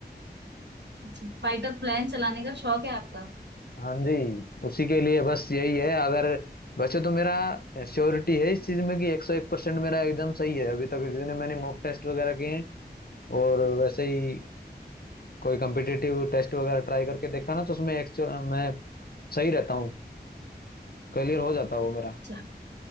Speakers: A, on the right; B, on the left.
A: अच्छा फाइटर प्लान चलाने का शौक है आपका
B: हाँ जी उसी के लिए बस यही है अगर वैसे तो मेरा श्योरिटी है इस चीज में कि 101% मेरा एग्जाम सही है अभी तक जितने मैंने मॉक टेस्ट वगैरह किए हैं और वैसे ही कोई कम्पिटिटिव टेस्ट वगैरह ट्राई करके देखा ना तो उसमें एक्चुअल मैं सही रहता हूँ क्लियर हो जाता है वो मेरा
A: अच्छा